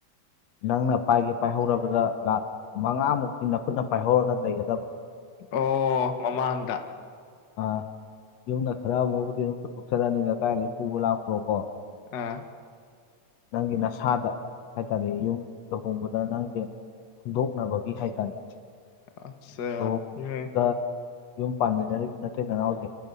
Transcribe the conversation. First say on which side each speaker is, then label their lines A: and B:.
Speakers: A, on the left; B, on the left.
A: ꯅꯪꯅ ꯄꯥꯏꯒꯦ ꯄꯥꯏꯍꯧꯔꯕꯗ ꯂꯥꯛ ꯃꯉꯥꯃꯨꯛꯇꯤ ꯅꯈꯨꯠꯅ ꯄꯥꯏꯍꯧꯔꯒ ꯂꯩꯒꯗꯕ
B: ꯑꯣ ꯃꯃꯥꯡꯗ
A: ꯑꯥ ꯌꯨꯝꯅ ꯈꯔ ꯑꯃꯕꯨꯗꯤ ꯑꯗꯨꯝ ꯄꯨꯊꯣꯛꯆꯔꯑꯅꯤꯅ ꯀꯥꯏꯗꯩ ꯄꯨꯕ ꯂꯥꯛꯄ꯭ꯔꯣ ꯀꯣ
B: ꯑꯥ
A: ꯅꯪꯒꯤ ꯅꯁꯥꯗ ꯍꯥꯏ ꯑꯗꯩ ꯌꯨꯝ ꯂꯨꯍꯣꯡꯕꯗ ꯅꯪꯖꯦ ꯍꯧꯗꯣꯛꯅꯕꯒꯤ ꯍꯥꯏꯇꯥꯔꯦ
B: ꯑꯆꯥ
A: ꯂꯨꯍꯣꯡ ꯃꯇꯨꯡꯗ
B: ꯏꯃꯥꯏ
A: ꯌꯨꯝ ꯄꯥꯟꯃꯤꯟꯅꯔꯤꯕ ꯅꯇꯩ ꯅꯅꯥꯎꯖꯦ